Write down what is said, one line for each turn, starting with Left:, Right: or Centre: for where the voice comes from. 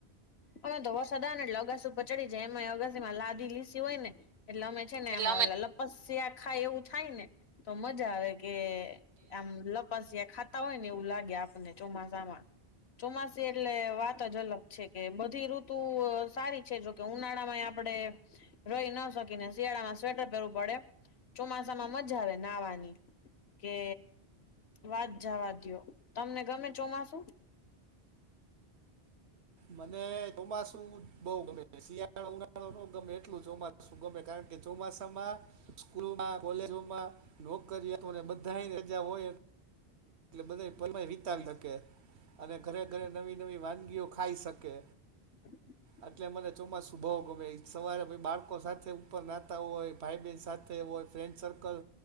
Left: અમે તો વસાદને એટલે અગાસ ઉપર ચડી જાય એ અગાસી માં લાદી લીસી હોય ને. એટલે અમે છે ને
Right: એટલે
Left: એમાં
Right: અમે
Left: લપસ્યા ખાય એવું થાય ને તો મજા આવે. કે આમ લપાસ્યા ખાતા હોય ને એવું લાગે આપને ચોમાસામાં. ચોમાસે એટલે વાતજ અલગ. છે કે બધી ઋતુ સારી છે જોકે ઉનાળા માં આપડે. રહી ન શકીને શિયાળામાં સ્વેટર પહેરવું પડે ચોમાસામાં મજા આવે નાહવાની. કે વાત જવા દયો તમને ગમે ચોમાસુ.
Right: મને ચોમાસુ બઉ ગમે શિયાળાો ઉનાળો નો ગમે એટલું ચોમાસું ગમે. કારણ કે ચોમાસામાં. સ્કૂલમાં કોલેજોમાં નોકરીયાતુ બધા ને રજા હોય. એટલે બધા પર વિતાવી હકે. અને ઘરે ઘરે નવી નવી વાનગીઓ ખાઈ શકે.
Left: હા. <unintelligible>
Right: એટલે મને ચોમાસું બો ગમે સવારે બાળકો સાથે ઉપર નાહતા હોય ભાઈ બહેન સાથે. એવો હોય ફ્રેન્ડ સર્કલ